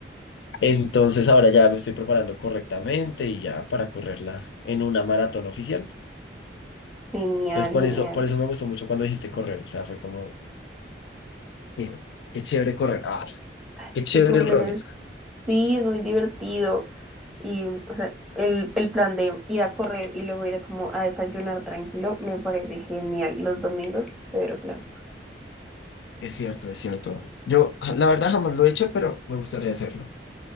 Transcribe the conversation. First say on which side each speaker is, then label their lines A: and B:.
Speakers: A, on the left; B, in the centre.
A: Entonces ahora ya me estoy preparando correctamente y ya para correrla en una maratón oficial.
B: Genial,
A: Entonces por
B: genial.
A: eso, por eso me gustó mucho cuando dijiste correr, o sea, fue como Qué, qué chévere correr. Ah, qué
B: Es
A: chévere
B: que correr
A: el running.
B: es, sí, es muy divertido. Y o sea, el, el plan de ir a correr y luego ir a como a desayunar tranquilo me parece genial. Los domingos, pero plan.
A: Es cierto, es cierto. Yo, ja- la verdad, jamás lo he hecho, pero me gustaría hacerlo.